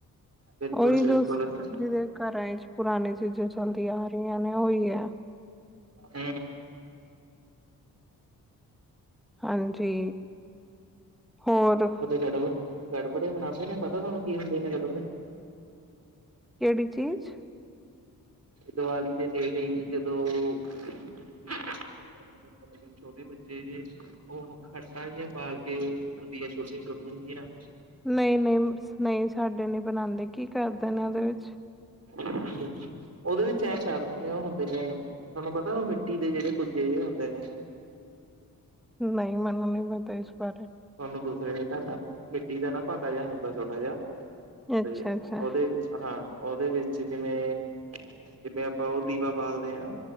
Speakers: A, on the right; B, in the centre.
A: ਬਿਲਕੁਲ
B: ਉਹੀ
A: ਬਿਲਕੁਲ
B: ਦੱਸ
A: ਹੂੰ
B: ਜਿਵੇਂ ਘਰਾਂ ਆਏ 'ਚ ਪੁਰਾਣੀ ਚੀਜ਼ਾਂ ਚੱਲਦੀਆਂ ਆ ਰਹੀਆਂ ਨੇ ਉਹੀ ਹੈ।
A: <unintelligible>
B: ਹਾਂਜੀ ਹੋਰ
A: ਉਥੇ ਚਟਪਟ- ਚਟਪਟ ਮਨਾਉਦੇ ਨੇ ਪਤਾ ਤੁਹਾਨੂੰ ਕੀ ਹੁੰਦੇ ਨੇ ਚਟਪਟ
B: ਕੇੜੀ ਚੀਜ਼?
A: ਦੀਵਾਲੀ ਦੇ ਨੇੜੇ ਹੀ ਜਦੋਂ <unintelligible> <unintelligible> ਛੋਟੇ ਬੱਚੇ ਜੇ ਓਹ ਹੱਟਾਂ ਜੀਆਂ ਪਾਲ ਕੇ ਹੁੰਦੀਆਂ ਛੋਟੀਆਂ-ਛੋਟੀਆਂ ਜਿਆਂ।
B: ਨਈ, ਨਈ, ਨਈ ਸਾਡੇ ਨੀ ਬਨਾਂਦੇ ਕੀ ਕਰਦੇ ਨੇ ਓਦੇ ਵਿੱਚ?
A: <inaudible> ਓਦੇ ਵਿੱਚ ਐਂ ਕਰਦੇ ਨੇ ਓ ਹੁੰਦੇ ਨੇ ਤੁਆਨੂੰ ਪਤਾ ਓ ਮਿੱਟੀ ਦੇ ਜੇੜੇ ਕੁੱਜੇ ਜੇ ਹੁੰਦੇ ਨੇ
B: ਨਈ, ਮੈਨੂੰ ਨੀ ਪਤਾ ਇਸ ਬਾਰੇ।
A: ਤੁਆਨੁ ਦੂਸਰੇ ਢੰਗ ਨਾਲ ਮਿੱਟੀ ਦਾ ਨਾ ਭਾਂਡਾ ਜੇਆ ਹੁੰਦਾ ਛੋਟਾ ਜਾ।
B: ਅੱਛਾ
A: ਤੇ
B: ਅੱਛਾ
A: ਓਦੇ ਹਾਂ ਓਦੇ ਵਿੱਚ 'ਚ ਜਿਵੇਂ, ਜਿਵੇਂ ਆਪਾਂ ਓ ਬਾਲਦੇ ਆਂ